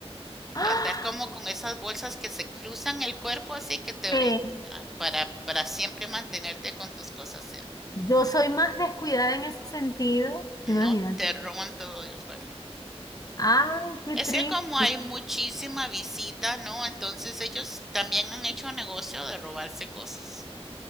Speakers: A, on the left (about 35°); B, in the centre.
A: <gasps> ¡Ah!
B: andar como con esas bolsas que se cruzan el cuerpo así que te
A: Sí.
B: brin- ah, para para siempre mantenerte con tus cosas cerca.
A: Yo soy más descuidada en ese sentido.
B: No
A: Imagínate.
B: te roban todo, Dios guarde.
A: Ay, qué
B: Es
A: triste.
B: que como hay muchísima visita, ¿no? Entonces ellos también han hecho negocio de robarse cosas.